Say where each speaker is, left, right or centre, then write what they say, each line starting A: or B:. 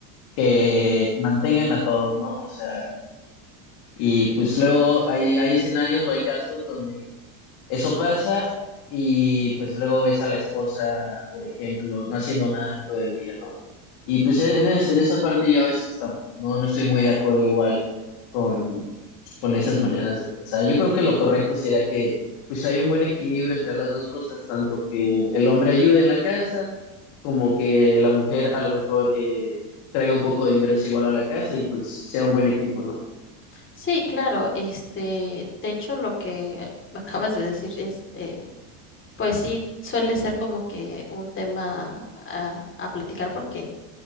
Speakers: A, on the left; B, on the left.
A: que mantengan a todo, ¿no? O sea, y pues luego hay, hay escenarios o hay casos donde eso pasa y pues luego ves a la esposa, por ejemplo, no haciendo nada en todo el día, ¿no? Y pues en, es- en esa parte yo a veces tam- no, no estoy muy de acuerdo igual con, con esas maneras de pensar. Yo creo que lo correcto sería que pues hay un buen equilibrio entre las dos cosas, tanto que el hombre ayude en la casa como que la mujer a lo mejor eh, traiga un poco de ingreso igual a la casa y pues sea un buen equipo, ¿no?
B: Sí, claro, este, de hecho, lo que acabas de decir, este Pues sí, suele ser como que un tema a, a platicar porque